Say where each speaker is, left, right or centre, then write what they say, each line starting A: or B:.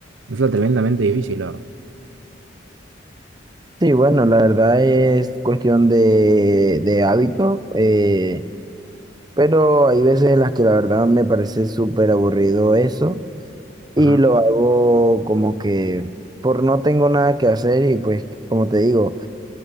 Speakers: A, on the right; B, on the right.
A: me resulta tremendamente difícil, la verdad.
B: Sí, bueno, la verdad es cuestión de, de hábito. eh, Pero hay veces en las que la verdad me parece súper aburrido eso y
A: Ajá,
B: lo hago como que por no tengo nada que hacer y pues como te digo,